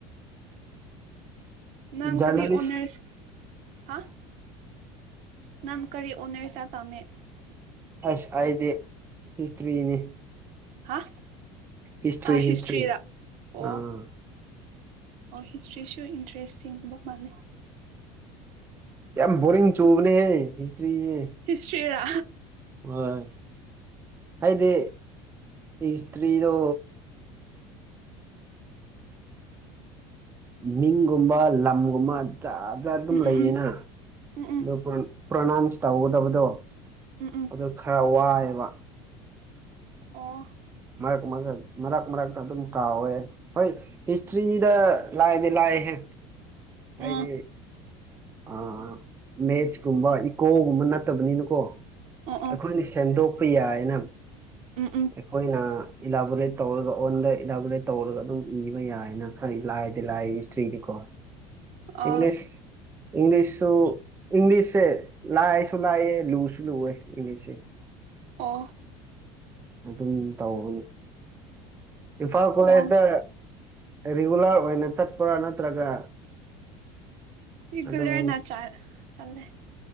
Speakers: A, on the right (about 60°); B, on the right (about 15°).
A: ꯅꯪ
B: ꯖꯔꯅꯦꯂꯤꯁ
A: ꯀꯔꯤ ꯑꯣꯅꯔꯁ ꯍꯥ ꯅꯥꯟ ꯀꯔꯤ ꯑꯣꯅꯦꯔꯁꯥ ꯇꯥꯝꯃꯦ
B: ꯑꯁ ꯑꯩꯗꯤ ꯍꯤꯁꯇ꯭ꯔꯤꯅꯤ
A: ꯍꯥ
B: ꯍꯤꯁꯇ꯭ꯔꯤ
A: ꯍꯤꯁꯇꯔꯤꯗ
B: ꯍꯤꯁꯇ꯭ꯔꯤ ꯑꯥ
A: ꯑꯣ ꯑꯣ ꯍꯤꯁꯇ꯭ꯔꯤꯁꯨ ꯏꯟꯇꯔꯦꯁꯇꯤꯡꯒꯕ ꯃꯥꯂꯦ
B: ꯌꯥꯝ ꯕꯣꯔꯤꯡ ꯆꯨꯕꯅꯦꯍꯦ ꯍꯤꯁꯇ꯭ꯔꯤꯁꯦ
A: ꯍꯤꯁꯇ꯭ꯔꯤꯔ
B: ꯍꯣꯏ ꯍꯥꯏꯗꯤ ꯏꯇ꯭ꯔꯤꯗꯣ ꯃꯤꯡꯒꯨꯝꯕ ꯂꯝꯒꯨꯝꯕ ꯖꯖ ꯑꯗꯨꯝ
A: ꯎꯝ
B: ꯂꯩꯌꯦꯅ
A: ꯎꯝ ꯎꯝ ꯎꯝ
B: ꯑꯗꯨ
A: ꯎꯝ
B: ꯄ꯭ꯔꯣꯅꯥꯎꯟꯁ ꯇꯧꯍꯧꯒꯗꯕꯗꯣ
A: ꯎꯝ ꯎꯝ
B: ꯑꯗꯨ ꯈꯔ ꯋꯥꯏ ꯋꯥ
A: ꯑꯣ
B: ꯃꯔꯛ ꯃꯔꯛ ꯃꯔꯛ ꯃꯔꯛ ꯇ ꯑꯗꯨꯝ ꯇꯧꯋꯦ ꯍꯤꯁꯇ꯭ꯔꯤꯗ ꯂꯥꯏꯗꯤ ꯂꯥꯏꯍꯦ ꯍꯥꯏꯗꯤ
A: ꯎꯝ
B: ꯑꯥ ꯃꯦꯠꯁꯀꯨꯝꯕ ꯏꯀꯣꯒꯨꯝꯕ ꯅꯠꯇꯕꯅꯤꯅꯀꯣ
A: ꯎꯝ
B: ꯑꯩꯈꯣꯏꯅ
A: ꯎꯝ
B: ꯁꯦꯝꯗꯣꯛ ꯌꯥꯏꯅ
A: ꯎꯝ ꯎꯝ
B: ꯑꯩꯈꯣꯏꯅ ꯏꯂꯥꯕꯣꯔꯦꯠ ꯇꯧꯔꯒ ꯑꯣꯟꯗ ꯏꯗꯥꯕꯂꯦꯠ ꯇꯧꯔꯒ ꯑꯗꯨꯝ ꯏꯕ ꯌꯥꯏꯅ ꯈꯔ ꯂꯥꯏꯗꯤ ꯂꯥꯏ ꯏꯁꯇ꯭ꯔꯤꯗꯤꯀꯣ
A: ꯑ
B: ꯏꯪꯂꯤꯁ ꯏꯪꯂꯤꯁꯨ ꯏꯪꯂꯤꯁꯦ ꯂꯥꯏꯁꯨ ꯂꯥꯛꯑꯦ ꯂꯨꯁꯨ ꯂꯨꯑꯦ ꯏꯪꯂꯤꯁꯁꯦ
A: ꯑꯣ
B: ꯑꯗꯨꯝ ꯇꯧꯅꯤ ꯏꯝꯐꯥꯜ ꯀꯣꯂꯦꯖꯇ
A: ꯑꯣ
B: ꯔꯤꯒꯨꯂꯔ ꯑꯣꯏꯅ ꯆꯠꯄ꯭ꯔꯥ ꯅꯠꯇ꯭ꯔꯒ
A: ꯏꯒꯂꯦꯅ
B: ꯑꯗꯨꯝ
A: ꯆ ꯆꯂꯦ